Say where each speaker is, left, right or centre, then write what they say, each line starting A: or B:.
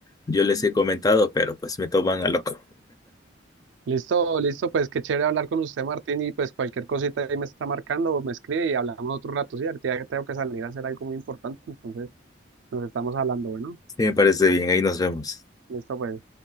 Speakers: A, on the left (about 20°); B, on the right (about 70°).
A: yo les he comentado, pero pues me toman a loco.
B: Listo, listo, pues qué chévere hablar con usted, Martín, y pues cualquier cosita ahí me está marcando o me escribe y hablamos otro rato, ¿sí? Ahorita ya tengo que salir a hacer algo muy importante, entonces nos estamos hablando, bueno,
A: Sí, me parece bien, ahí nos vemos.
B: listo, pues.